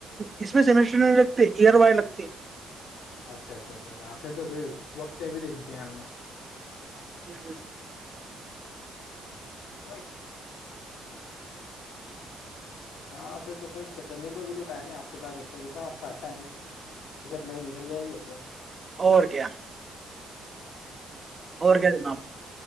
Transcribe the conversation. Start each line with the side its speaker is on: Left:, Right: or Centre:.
Right: اس میں سیمیٹری نہیں لگتے ایئر وائر لگتی
Left: اچھا اچھا اچھااں پھر تو وقت بھی تھی دھیان میں
Right: ہوں
Left: وہ ہاں پھر تو چلنےے دو اب تو ٹم ہے آپ کے پا ج م نکل جائے گی
Right: اور کیا اور کیا جناب